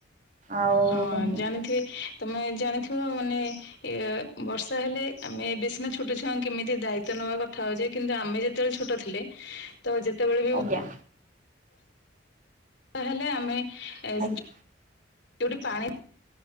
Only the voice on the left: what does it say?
ହଁ
ଜାଣିଥିବେ ତମେ ଜାଣିଥିବ ମାନେ ଏ ବର୍ଷା ହେଲେ ଆମେ ଏବେ ସିନା ଛୋଟ ଛୁଆଙ୍କୁ କେମିତି ଦାୟିତ୍ଵ ନବା କଥା ହଉଛେ କିନ୍ତୁ ଆମେ ଯେତେବେଳେ ଛୋଟ ଥିଲେ ତ ଯେତେବେଳେ ବି
ତାହେଲେ ଆମେ <unintelligible>
ଯୋଉଠି ପାଣି,